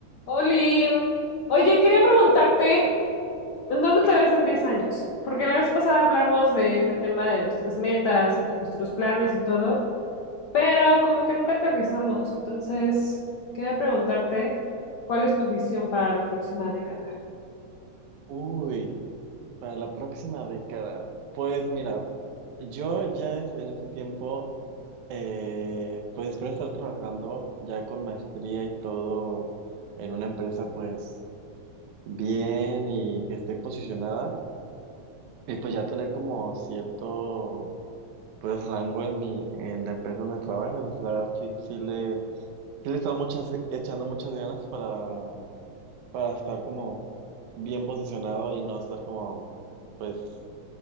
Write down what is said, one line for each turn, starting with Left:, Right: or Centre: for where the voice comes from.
Left: Oli, oye, quería preguntarte, ¿en dónde te ves en 10 años? Porque la vez pasada hablamos de este tema de nuestras metas y de nuestros planes y todo, pero como que nunca aterrizamos. Entonces, quería preguntarte, ¿cuál es tu visión para la próxima década?
Right: Uy, para la próxima década. Pues mira, yo ya es en ese tiempo, eh, pues espero estar trabajando ya con maestría y todo en una empresa pues bien y que esté posicionada y pues ya tener como cierto pues rango en mi, en la empresa donde trabajas. O sea, la verdad sí, sí le, sí le he estado muchas, echando muchas ganas para, para estar como bien posicionado y no estar como pues